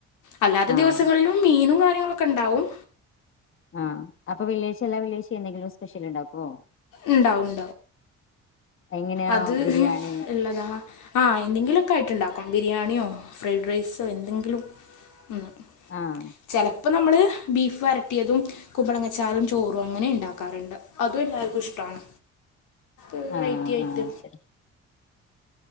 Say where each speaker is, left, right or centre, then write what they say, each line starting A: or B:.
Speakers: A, on the left; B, on the left.
A: അല്ലാത്ത
B: ആഹ്
A: ദിവസങ്ങളിലും മീനും കാര്യങ്ങളൊക്കെ ഉണ്ടാവും
B: ആഹ് അപ്പൊ വെള്ളിയാഴ്ച എല്ലാ വെള്ളിയാഴ്ച എന്തെങ്കിലും സ്പെഷ്യൽണ്ടാക്കുവോ
A: ഇണ്ടാവും ഇണ്ടാവും
B: എങ്ങനെയാ
A: അത്
B: ബിരിയാണി
A: ഇള്ളതാ ആഹ് എന്തെങ്കിലോക്കെ ആയിട്ട് ഇണ്ടാക്കും ബിരിയാണിയോ ഫ്രൈഡ് റൈസോ എന്തെങ്കിലും ഉം
B: ആഹ്
A: ചെലപ്പോ നമ്മള് ബീഫ് വരട്ടിയതും കുമ്പളങ്ങ ചാറും ചോറും അങ്ങനെ ഇണ്ടാക്കാറുണ്ട് അതും എല്ലാർക്കും ഇഷ്ടാണ്
B: <inaudible>
A: ഒരു വെറൈറ്റി
B: ആഹ്
A: ആയിട്ട്
B: ആഹ് ശരി